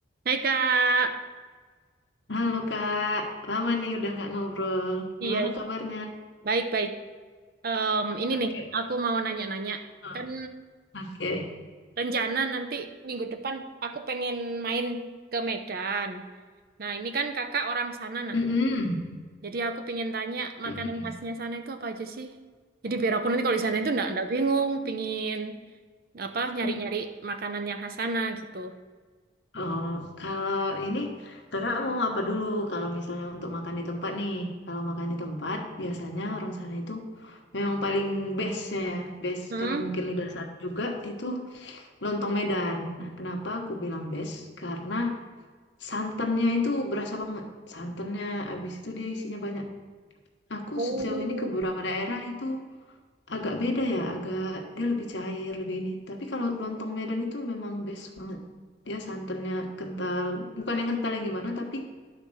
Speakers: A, on the right; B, on the left.
A: Hai Kak,
B: Halo Kak, lama nih udah nggak ngobrol.
A: iya
B: Gimana kabarnya?
A: baik-baik. Em, ini
B: Oke.
A: nih, aku mau nanya-nanya.
B: Oh,
A: Kan
B: Oke.
A: rencana nanti minggu depan aku pengen main ke Medan. Nah ini kan kakak orang sana nah.
B: Mm-mm.
A: Jadi aku pengen tanya makanan
B: Mm-mm.
A: khasnya sana itu apa aja sih? Jadi biar aku nanti kalau di sana itu enggak, enggak bingung, pingin apa nyari-nyari
B: Mm.
A: makanan yang khas sana gitu.
B: Oh, kalau ini kakak mau apa dulu? Kalau misalnya untuk makan di tempat nih, kalau makan di tempat biasanya orang sana itu memang paling bestnya ya, best
A: Hmm?
B: karena mungkin lidah sana juga itu lontong Medan. Nah, kenapa aku bilang best? Karena santannya itu berasa banget. Santannya, abis itu dia isinya banyak. Aku
A: Oh.
B: sejauh ini ke beberapa daerah itu agak beda ya, agak dia lebih cair, lebih ini. Tapi kalau lontong Medan itu memang best banget. Dia santannya kental, bukan yang kental yang gimana, tapi